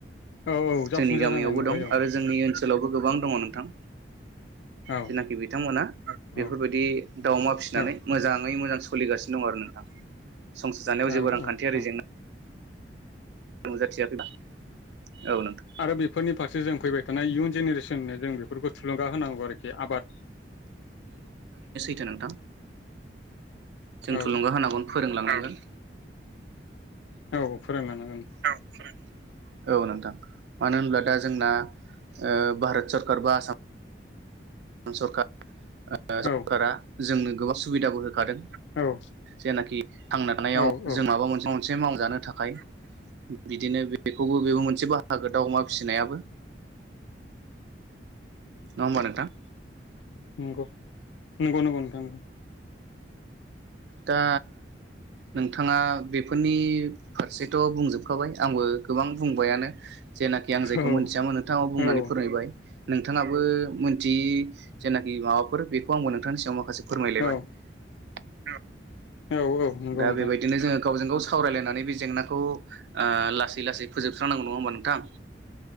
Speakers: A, on the left; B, on the right.
A: औ औ जाफुंसार
B: जोंनि गामियावबो
A: जानाय नुबाय
B: दं
A: औ
B: आरो जोंनि ओनसो सोलावबो गोबां दङ' नोंथां।
A: औ
B: जेनाखि बिथांमोना बेफोरबायदि
A: औ
B: दाउ अमा फिसिनानै
A: औ
B: मोजाङै मोजां स थलिगासिनो दं आरो नोंथां। संसार जानायाव
A: औ
B: जेबो रांखान्थियारि
A: औ
B: जेंना नुजाथियाखैबा औ नोंथां
A: आरो बेफोरनि फारसे जों फैबाय थ थाना इयुन ज जेनेरेसोननो जों बेफोरखौ थुलुंगा होनांगौ आरोखि आबाद
B: जे नोंथां। जों
A: औ
B: थुलुंगा होनांगन फोरोंलांनांगोन।
A: औ फोराननानो
B: औ फोरों औ नोंथां। मानो होनब्ला दा जोंना ओ भारोत सोरकार बा आसाम मस'खा ओ सरकारा
A: औ
B: जोंनो गोबां सुबिदाबो होखादों
A: औ
B: जेनाखि थांना हाव
A: औ औ
B: जों माबा <inaudible> मोनसे मावजानो थाखाय बिदिनो बेखौबो बेबो मोनसे बाहागो दाउ अमा फिसिनायाबो। नङा होम्बा नोंथां?
A: नंगौ। नंगौ नंगौ नोंथां नंगौ।
B: दा नोंथाङा बेफोरनि फारसेथ' बुंजोबखाबाय आंबो गोबां बुंबायानो जेनाखि आं जायखौ
A: औ
B: मोनथियामोन नोंथाङाव बुंनानै
A: औ
B: फोरमायबाय नोंथाङाबो मोनथियै जेनाखि माबाफोर बेखौ आंबो नोंथांनि सायाव माखासे फोरमायलायबाय।
A: औ
B: <unintelligible>
A: औ औ नंगौ
B: दा
A: नोंथां
B: बेबायदिनो जोङो गावजों गाव सावरायलायनानै बे जेंनाखौ ओ लासै लासै फोजोबस्रांनांगौ नङा होमबा नोंथां?